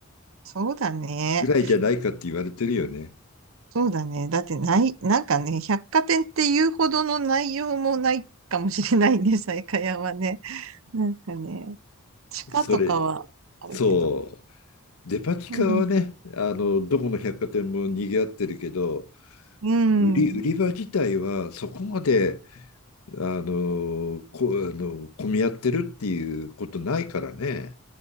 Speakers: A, on the right (about 65°); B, on the left (about 75°).
A: そうだね。
B: ぐらいじゃないかって言われてるよね。
A: そうだね。だってない、なんかね、百貨店っていうほどの内容もないかもしれないね、西下屋はね。なんかね、地下とかはあるけど。
B: それ、そう。デパ地下はね、
A: うん。
B: あの、どこの百貨店も賑わってるけど、
A: うん。
B: 売り、売り場自体はそこまで、あの、こ、あの、混み合ってるっていうことないからね。